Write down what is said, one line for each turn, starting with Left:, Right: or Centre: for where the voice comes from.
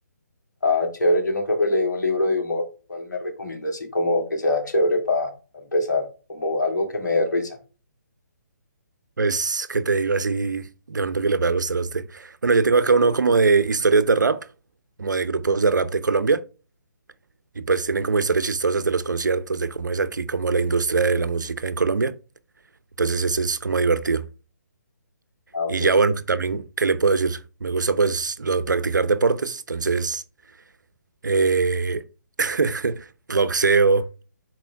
Left: Ah, chévere, yo nunca me leí un libro de humor. ¿Cuál me recomienda así como que sea chévere para empezar? Como algo que me dé risa.
Right: Pues, ¿qué te digo así? De pronto que le pueda gustar a usted. Bueno, yo tengo acá uno como de historias de rap, como de grupos de rap de Colombia. y pues tienen como historias chistosas de los conciertos, de cómo es aquí como la industria de la música en Colombia. Entonces ese es como divertido.
Left: Ah, ok.
Right: Y ya bueno, que también, ¿qué le puedo decir? Me gusta pues lo de practicar deportes, entonces eh, <laughs> boxeo,